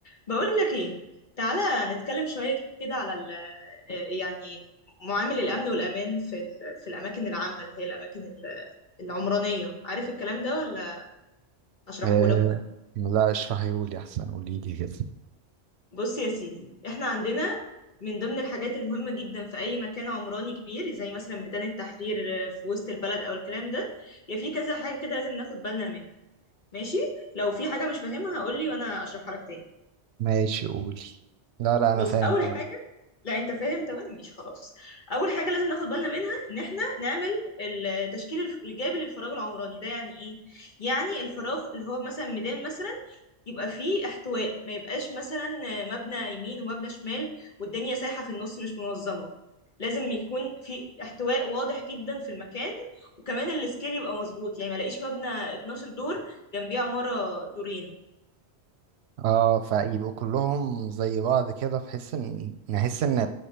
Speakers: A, on the left (about 45°); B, on the right (about 75°).
A: بقول لك ايه تعالى نتكلم شوية كده على ال آه، يعني معامل الأمن والأمان في ال في الأماكن العامة اللي هي الأماكن ال- العمرانية عارف الكلام ده ولا أشرحه
B: آه
A: لك
B: لا اشرحي قولي احسن قولي لي كده
A: بص يا سيدي احنا عندنا من ضمن الحاجات المهمة جدا في أي مكان عمراني كبير زي مثلا ميدان التحرير آه، في وسط البلد أو الكلام ده يا في كذا حاجة كده لازم ناخد بالنا منها ماشي لو في حاجة مش فاهمها قولي وأنا أشرحها لك تاني
B: ماشي قولي لا لا انا
A: بص
B: فاهم
A: اول
B: تمام
A: حاجه لا انت فاهم تمام ماشي خلاص اول حاجه لازم ناخد بالنا منها ان احنا نعمل التشكيل الف- الايجابي للفراغ العمراني ده يعني ايه يعني الفراغ اللي هو مثلا ميدان مثلا يبقى فيه احتواء ما يبقاش مثلا مبنى يمين ومبنى شمال والدنيا سايحه في النص مش منظمه لازم يكون في احتواء واضح جدا في المكان وكمان السكيل يبقى مظبوط يعني ما الاقيش مبنى 12 دور جنبيه عماره دورين
B: اه فيبقوا كلهم زي بعض كده بحيث ان نحس ان